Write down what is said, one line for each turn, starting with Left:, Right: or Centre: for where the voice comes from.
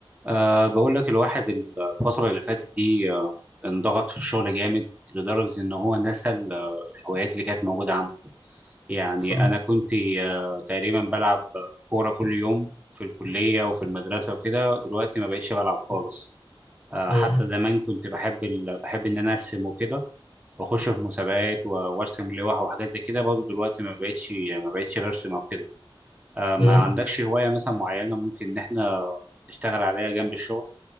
Right: أه بقول لك الواحد الفترة اللي فاتت دي أه انضغط في الشغل جامد لدرجة إن هو نسى ال- آه، الهوايات اللي كانت موجودة عنده يعني
Left: صح
Right: أنا كنت أه تقريبا بلعب آه، كورة كل يوم في الكلية وفي المدرسة وكده دلوقتي ما بقتش بلعب خالص أه
Left: مم.
Right: حتى زمان كنت بحب ال... بحب إن أنا أرسم وكده وأخش في مسابقات و- وأرسم لوح وحاجات زي كده برضه دلوقتي ما بقتش ما بقتش برسم أو كده أه ما
Left: مم.
Right: عندكش هواية مثلا معينة ممكن إن إحنا نشتغل عليها جنب الشغل